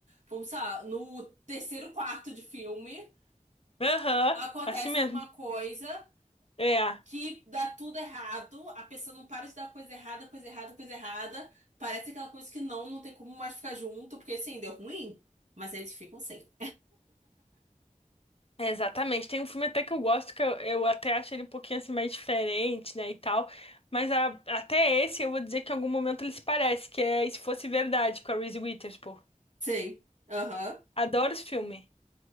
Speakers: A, on the right (about 60°); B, on the left (about 45°).
A: vamos sei lá, no terceiro quarto de filme,
B: aham,
A: acontece
B: assim mesmo.
A: alguma coisa
B: É, é,
A: que dá tudo errado, a pessoa não para de dar coisa errada, coisa errada, coisa errada. Parece aquela coisa que não, não tem como mais ficar junto, porque assim, deu ruim. Mas eles ficam sem.
B: exatamente. Tem um filme até que eu gosto, que eu, eu até acho ele um pouquinho assim mais diferente, né, e tal. Mas a- até esse eu vou dizer que em algum momento ele se parece, que é Se Fosse Verdade, com a Reese Witherspoon.
A: Sim, Aham.
B: Adoro esse filme.